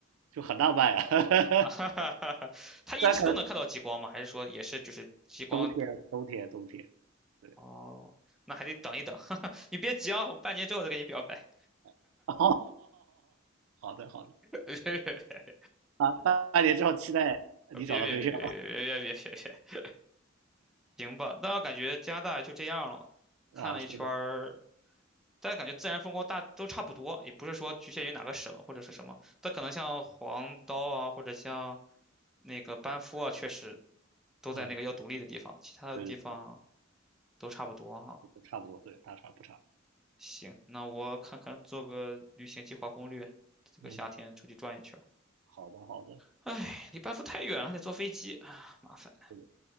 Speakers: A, on the right (about 90°); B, in the centre.
A: 就很浪漫啊。<laughs>
B: <laughs> 哈哈哈哈，他一直都能看到极光吗？
A: 虽然可能
B: 还是说也是就是极光？
A: 冬天，冬天，冬天，对。
B: 哦，那还得等一等。<laughs> 你别急啊，我半年之后再给你表白。
A: <laughs> 哦，好的好的
B: <laughs> 别别别
A: 啊，半那年之后期待你找到对象
B: 别别别别别别别别别，行吧？那我感觉加拿大就这样了，
A: <laughs>
B: 看了一圈儿，
A: 啊，是的，
B: 家感觉自然风光大都差不多，也不是说局限于哪个省或者是什么。但可能像黄刀啊，或者像那个班夫啊，确实都在那个要独立的地方，
A: 嗯，
B: 其他的地方
A: 对对对。
B: 都差不多哈、
A: 差不多，对，大差不差。
B: 行，那我看看做个旅行计划攻略，这个夏天出去转一圈儿。
A: 嗯，好的，好的，
B: 哎，离班夫太远了，还得坐飞机啊，麻烦。
A: 是的，